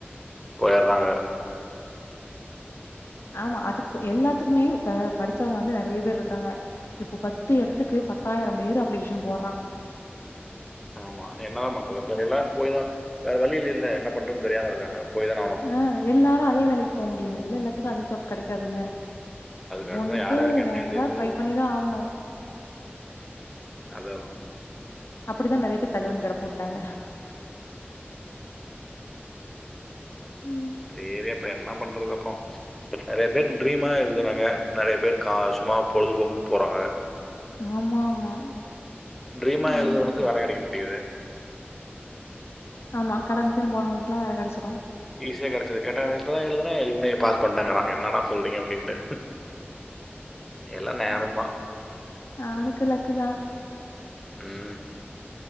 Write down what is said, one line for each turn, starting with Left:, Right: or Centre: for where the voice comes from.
Centre: போயிற்றாங்க
Left: ஆமா அதுக்கு எல்லாத்துக்குமே இப்ப படிச்சவங்க வந்து நெறைய பேர் இருக்காங்க இப்போ பத்து எடத்துக்கு பத்தாயிரம் பேர் அப்ளிகேஷன் போட்றா
Centre: ஆமா என்னதா பண்றது எல்லாரும் போயி தா வேற வழியில்ல இல்ல என்ன பண்றது தெரியாம இருக்காங்க போயி தானே ஆவணு
Left: ஆ எல்லாரு அதே வேலைக்கு போ முடியாதுல்ல எல்லாத்துக்கு அதே ஜாப் கெடைக்காதுல்ல
Centre: அதுக்காக
Left: ஒன்னுக்கு
Centre: தான் யார் யாருக்கு என்ன
Left: வேற
Centre: எழுதியது
Left: ஏதாவது ட்ரை பண்ணிதா ஆவணு
Centre: அதாதா
Left: அப்புடித்தா நெறைய பேர் தள்ளுவண்டி கட போட்டாங்க ம்
Centre: சேரி அப்ப என்ன பண்றது அப்புறோ நெறைய பேர் ட்ரீமா எழுதுறாங்க நெறைய பேர் காசும்மா பொழுதுபோக்குக்கு போறாங்க
Left: ஆமா ஆமா
Centre: ட்ரீமா
Left: ம்
Centre: எழுதுறவனுக்கு வேல கெடைக்க மாட்டிது
Left: ஆமா கடமைக்குன்னு போனவனுங்கலா வேல கெடச்சிடு
Centre: ஈஸியா கெடைச்சது கேட்டா இப்பதா எழுதுனா எ பாஸ் பண்டங்கறா என்னடா சொல்றீங்க அப்டின்ட்டு எல்லா நேரோந்தா
Left: அவனுக்கு லக்கு தா
Centre: ம்